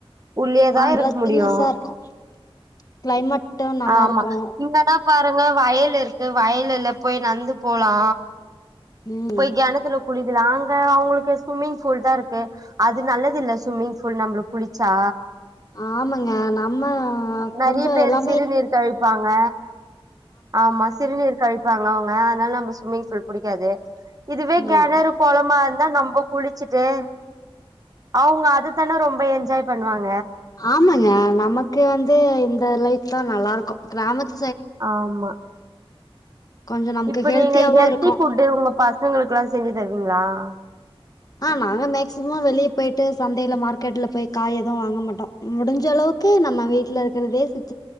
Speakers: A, on the right; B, on the left.
A: உள்ளேதா
B: அங்கெல்லா
A: இருக் முடியு
B: சில்னஸா இருக்கு கிளைமேட்டு நல்லா
A: ஆமா
B: இருக்கு
A: இங்க தா பாருங்க வயல் இருக்கு வயலுல போய் நந்து போலா
B: ம்
A: போய் கெணத்துல குளிக்கிராங்க அவுங்ளுக்கு சுமிங் கூல்டாருக்கு அது நல்லது இல்ல சுமிங்ஃபுல் நம்ளு குளிச்சா
B: ஆமாங்க நம்ம
A: நெறைய
B: கொஞ்சோ
A: பேரு
B: எல்லா
A: சிறுநீர் கழிப்பாங்க ஆமா சிறுநீர் கழிப் பாங்க அவ்ங்க அதனால நம்ப சுமிங்ஃபுல் புடிக்காது இதுவே கெணரு
B: ஆ
A: கொளமாந் <unintelligible> நம்போ குளிச்சிட்டு அவ்ங்க அதுதனே ரொம்ப என்ஜாய் பண்ணுவாங்க
B: ஆமாங்க நமக்கு வந்து இந்த லைஃப் தா நல்லாருக்கும் கிராமத்
A: ஆமா
B: கொஞ்சோ நமக்கு
A: இப்டி
B: ஹெல்த்தியாவு
A: நீங்க ஹெல்தி
B: இருக்கு
A: ஃபுட்டு உங்க பசங்ளுக்குலா செஞ்சு தருவீங்ளா அ
B: ஆ நாங்க மேக்சிமோ வெளிய போய்ட்டு சந்தைல மார்க்கெட்ல போய் காய் எதுவு வாங்க மாட்டோ முடிஞ்சளவுக்கு நம்ம வீட்ல இருக்றதே செஞ்